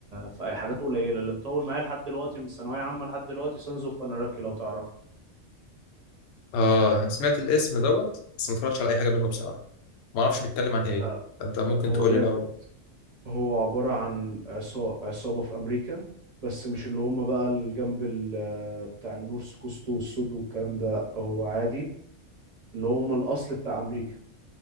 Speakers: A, on the right; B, on the left.
A: في اي حاجات قليله اللي مطول معايا لحد دلوقتي من ثانويه عامه لحد دلوقتي سانز اوف اناراكي لو تعرفه
B: اه سمعت الاسم دوت بس ما اتفرجتش على اي حاجه منه بصراحه ما اعرفش بيتكلم عن ايه
A: لا
B: فانت ممكن
A: هو
B: تقول
A: جامد
B: لي لو
A: هو عبارة عن عصا- عصابة في أمريكا بس مش اللي هم بقى الجنب ال- بتاع النورث كوست والسود والكلام ده لأ هو عادي اللي هم الأصل بتاع أمريكا